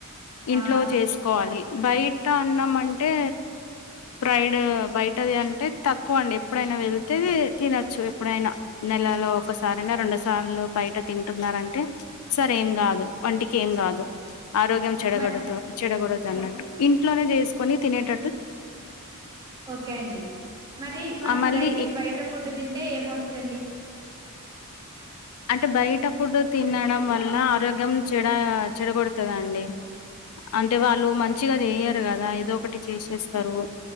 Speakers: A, on the left; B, on the right.
A: ఇంట్లో
B: ఆ
A: చేసుకోవాలి బయట అన్నం అంటే ఫ్రైడ్ బయటది అంటే తక్కువండి ఎప్పుడైనా వెళ్తే తినచ్చు ఎప్పుడైనా నెలలో ఒకసా రెండు సార్లు బయట తింటురంటే సర్ ఏం గాదు వంటికి ఏం గాదు ఆరోగ్య
B: ఆ,
A: చెడగొడతో
B: మరి
A: చెడగొడతో అన్నట్టు
B: ఓ-
A: ఇంట్లోనే చేసుకుని తినేట
B: ఓకే అండి మరి మనం
A: ఆ మళ్ళీ
B: డైలీ బయట ఫుడ్ తింటే ఏమవు తదండి
A: అంటే బయట ఫుడ్ తినడం వల్ల ఆరోగ్యం చెడ చ్చడగోడుతదండి అంటే వాళ్ళు మం చిగా చేయరు గదా ఏదో ఒకటి చేసేస్తారు